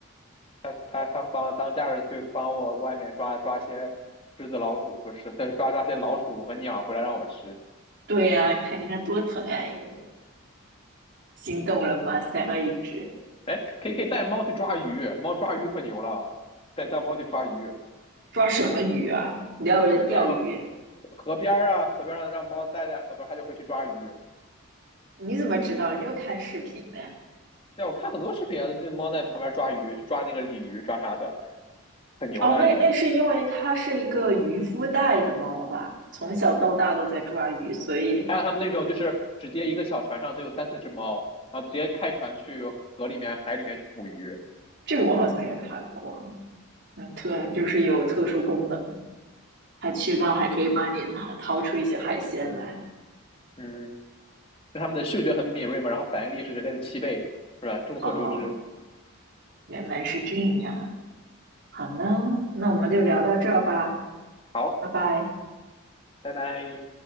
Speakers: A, on the left; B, on the right.
A: 他他他把我当家人去帮我外面抓抓些狮子、老鼠，不是 <laughs> 抓抓些老鼠和鸟回来让我吃。
B: 对呀、啊你看人家多疼爱你，心动了吗？想要一只。
A: 哎，可以可以带猫去抓鱼，猫抓鱼可牛了，带带猫去抓鱼，
B: 抓什么鱼啊？你要不是钓鱼？
A: 就是那种河河边儿啊，河边上让猫待在河边它就会去抓鱼。
B: 你怎么知道？你又看视频呢？
A: 对，我看很多视频啊，这猫在旁边抓鱼，去抓那个鲤鱼，抓啥的，可牛了人家。
B: 哦，那那是因为它是一个渔夫带的猫吧？从小到大都在抓鱼，所以
A: 还有他们那种就是直接一个小船上都有三四只猫，然后直接开船去河里面、海里面去捕鱼。
B: 这个我好像也看过。嗯，特就是有特殊功能，它去到还可以帮你拿掏出一些海鲜来。
A: 嗯嗯，那他们的嗅觉很敏锐嘛，然后反应力是人类的七倍，是吧？众所周知。
B: 哦，原来是这样。好呢，那我们就聊到这儿吧，
A: 好，
B: 拜拜。
A: 拜拜。